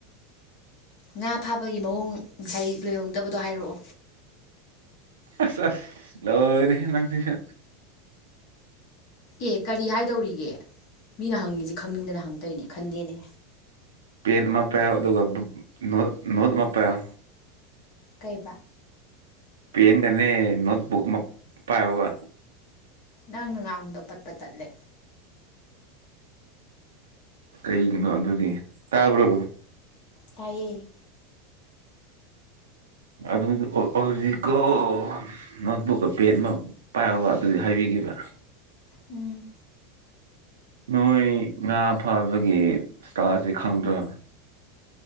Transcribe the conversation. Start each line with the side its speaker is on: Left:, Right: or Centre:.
Left: ꯉꯥ ꯐꯥꯕꯒꯤ ꯃꯑꯣꯡ ꯉꯁꯥꯏ ꯂꯣꯏꯍꯧꯗꯕꯗꯣ ꯍꯥꯏꯔꯛꯑꯣ
Right: ꯑꯁ ꯑꯁ ꯂꯣꯏꯔꯍꯦꯅꯪꯁꯤꯁꯨ
Left: ꯑꯦ ꯀꯔꯤ ꯍꯥꯏꯗꯧꯔꯤꯒꯦ ꯃꯤꯅ ꯍꯪꯉꯤꯁꯦ ꯈꯪꯅꯤꯡꯗꯅ ꯍꯪꯗꯣꯏꯅꯦ ꯈꯟꯗꯦꯅꯦ
Right: ꯄꯦꯟ ꯑꯃ ꯄꯥꯏꯌꫭ ꯑꯗꯨꯒ ꯅꯣꯠ ꯅꫭꯠ ꯑꯃꯄꯥꯏꯌꯣ
Left: ꯀꯩꯕ
Right: ꯄꯦꯟꯅꯦ ꯅꯣꯠꯕꯨꯛ ꯑꯃ ꯄꯥꯏꯌꫭꯕ
Left: ꯅꯪꯅ ꯉꯥꯡꯕꯗꯣ ꯄꯠ ꯄꯠ ꯇꯠꯂꯦ
Right: ꯀꯩꯒꯤꯅꯣ ꯑꯗꯨꯗꯤ ꯇꯥꯕ꯭ꯔꯣ
Left: ꯇꯥꯏꯌꯦ
Right: ꯑꯗꯨ ꯍꯧꯖꯤꯛꯀꯣ ꯅꯣꯠ ꯕꯨꯛꯀ ꯄꯦꯟ ꯑꯃ ꯄꯥꯏꯑꫭꯕ ꯑꯗꯨꯗꯤ ꯍꯥꯏꯕꯤꯒꯦꯕ
Left: ꯎꯝ
Right: ꯅꯣꯏ ꯉꯥ ꯐꯥꯕꯒꯤ ꯆꯇꯥꯔꯖꯁꯤ ꯈꯪꯗ꯭ꯔꯣꯅ